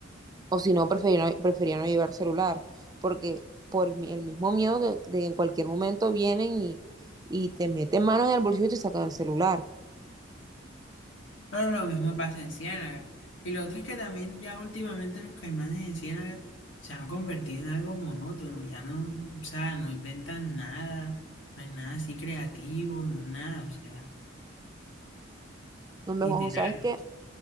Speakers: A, on the right; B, on the left.
A: o si no, prefería no, prefería no llevar celular, porque por el mismo miedo de, de que en cualquier momento vienen y, y te meten mano en el bolsillo y te sacan el celular.
B: pero lo mismo pasa en Ciénaga, y lo otro es que también ya últimamente los caimanes en Ciénaga se han convertido en algo monótono, ya no, o sea, no inventan nada, no hay nada así creativo, no nada, o sea,
A: No me
B: literal.
A: ¿sabes qué?